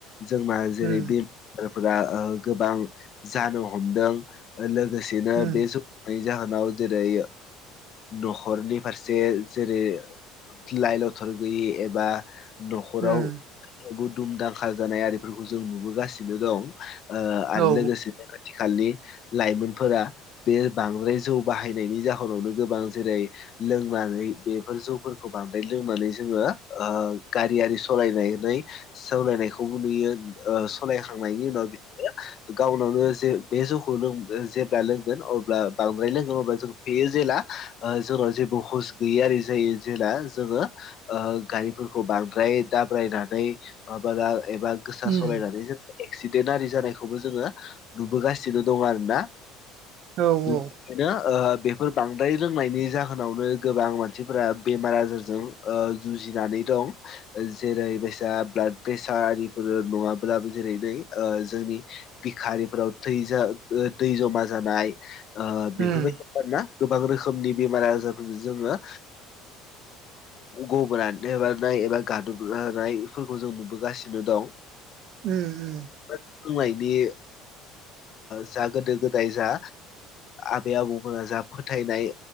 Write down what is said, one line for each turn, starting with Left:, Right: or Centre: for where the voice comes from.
Left: जोंना जेरै
Right: उम
Left: बे फोर गोबां जानो हमदों लोगोसेनो
Right: उम
Left: बे ज नि जाहोनाव जेरै न'खरनि फारसे जेरै लाइ लथर गैयि एबा न'खराव
Right: उम
Left: बुदुमदांखााल जानाय आरिफोरखौ जों नुबोगासिनो दं आरो
Right: औ
Left: लोगोसे आथिखालनि लाइमोनफोरा बे बांद्राय जौ बाहायनायनि जाहोनावनो गोबां जेरै लोंनानै बेफोर जौफोरखौ बांद्राय लोंनानै जोङो गारि आरि सालायनायाय सावालायनायखौबो नुयो सालायखांनायनि उनाव बिसोरो
Right: <inaudible>
Left: गावनावनो जे बे जौखौ लों जेब्ला लोंगोन अब्ला बांद्राय लोंगोन अब्ला जों फेयो जेला जोंनाव जेबो हस गैयियि जायो जेला जोङो गारिफोरखौ बांद्राय दाब्रायनानै माबा एबा गोसा
Right: उम
Left: सालायनानै जों एक्सिडेन्ट आरि जानायखौबो जोङो नुबोगासिनो दङ आरो ना
Right: औ
Left: लोगोसेनो
Right: औ
Left: बेफोर बांद्राय रोंनायनि जाहोनावनो गोबां मानसिफोरा बेमार आजारजों जुजिनानै दं जेरै बायसा ब्लाड प्रेसार आरिफोर नङाब्लाबो जेरै नै जोंनि बिखारिफोराव थैज दै जमा जानाय बेफोरबायदि
Right: उम
Left: आरोना गोबां रोखोमनि बेमार आजारफोरजों जोङो। गबनानै मारानाय एबा गादोबानायफोरखौ जों नुबोगासिनो दं।
Right: उम उम।
Left: बुंनायनि जा गोदो गोदाय जा आबै आबौमोन जा फोथायनाय